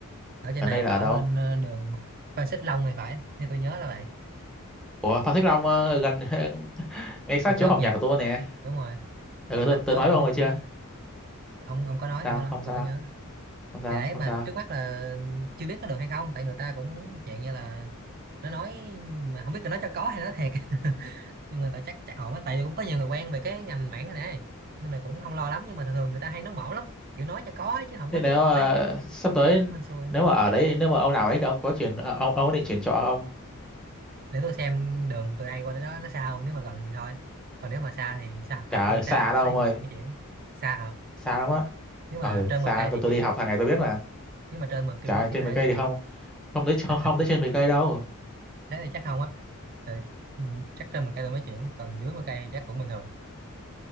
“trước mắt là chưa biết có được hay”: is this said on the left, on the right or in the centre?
Right